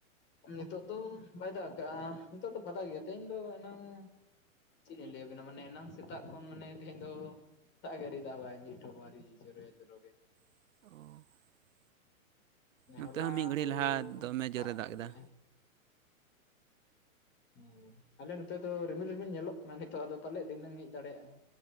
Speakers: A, on the left (about 25°); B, on the right (about 65°).
A: ᱱᱤᱛᱳᱜ ᱫᱚ ᱵᱟᱭ ᱫᱟᱜ ᱠᱟᱜ-ᱟ ᱱᱤᱛᱚᱜ ᱫᱚ ᱯᱷᱟᱫᱟ ᱜᱮᱭᱟ ᱛᱮᱦᱮᱧ ᱫᱚ ᱮᱱᱟᱝ ᱪᱮᱫ ᱞᱤᱧ ᱞᱟᱹᱭ ᱟᱵᱮᱱᱟ ᱢᱟᱱᱮ ᱮᱱᱟᱝ ᱥᱮᱛᱟᱜ ᱠᱷᱚᱱ ᱢᱟᱱᱮ ᱛᱮᱦᱮᱧ ᱫᱚ ᱫᱟᱜ ᱜᱮ ᱟᱣᱨᱤᱭ ᱫᱟᱜ ᱟᱭ ᱢᱤᱴ ᱴᱷᱚᱯ ᱦᱚᱸ ᱟᱣᱨᱤᱭ ᱡᱚᱨᱚᱭᱟ ᱡᱚᱨᱚ ᱜᱮ
B: ᱚ
A: ᱦᱚᱞᱟ
B: ᱱᱚᱛᱮ ᱦᱚᱸ ᱢᱤᱫ ᱜᱷᱟᱹᱲᱤᱡ
A: ᱫᱚ
B: ᱞᱟᱦᱟ ᱫᱚᱢᱮ ᱡᱳᱨ ᱮ
A: ᱟᱠᱟᱫ
B: ᱫᱟᱜ ᱠᱮᱫᱟ᱾
A: ᱜᱮᱭᱟᱭ ᱦᱮᱸ ᱟᱞᱮ ᱱᱚᱛᱮ ᱫᱚ ᱨᱤᱢᱤᱞ ᱨᱤᱢᱤᱞ ᱧᱮᱞᱚᱜ ᱠᱟᱱᱟ ᱱᱤᱛᱚᱜ ᱟᱫᱚ ᱯᱟᱞᱮᱫ ᱫᱷᱤᱱᱟᱹᱝ ᱦᱮᱡ ᱫᱟᱲᱮᱭᱟᱜ-ᱟ᱾